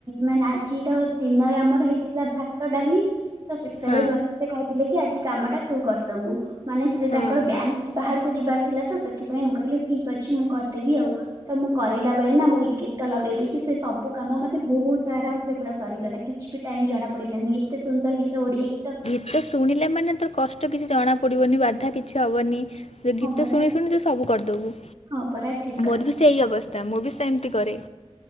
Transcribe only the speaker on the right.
ମାନେ ଆଜି ତ ଦିନରେ ଆମର ହେଇ ଥିଲା ଭାତ ଡାଲି ତ ସେ ସେତେବେଳେ
ମତେ ସେ କହିଥିଲେ କି ଆଜି କାମଟା ତୁ କରିଦବୁ ମାନେ ସେ
ତାଙ୍କର ବ୍ୟାଙ୍କ ବାହାରକୁ। କୁ ଯିବାର ଥିଲା ତ ସେଥିପାଇଁ ମୁଁ କହିଲି ଠିକ ଅଛି ମୁଁ କରିଦେବି ଆଉ। ତ ମୁଁ କରିଲା ବେଳେ ନା ମୁଁ ଏଇ ଗୀତ ଲଗେଇ ଦେଇକି ସେ ସବୁ କାମ ମତେ ବହୁତ ଆରାମ ସେ ପୁରା ସରିଗଲା କିଛି‌। ବି ଟାଇମ୍ ଜଣା ପଡିଲାନି ଏତେ ସୁନ୍ଦର ଗୀତ ଓଡିଆ ଗୀତ।
ହଁ
ପରା
ହଁ ପରା ଠିକ କଥା